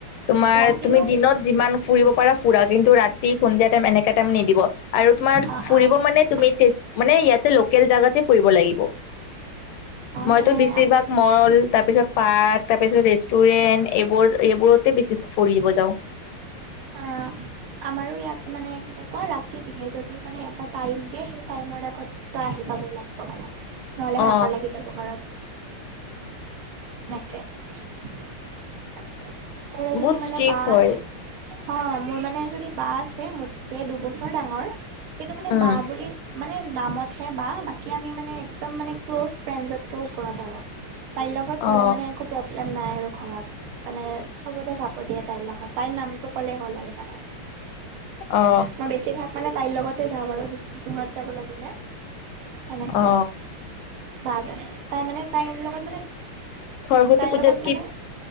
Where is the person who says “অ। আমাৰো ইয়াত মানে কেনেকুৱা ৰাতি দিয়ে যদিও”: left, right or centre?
Right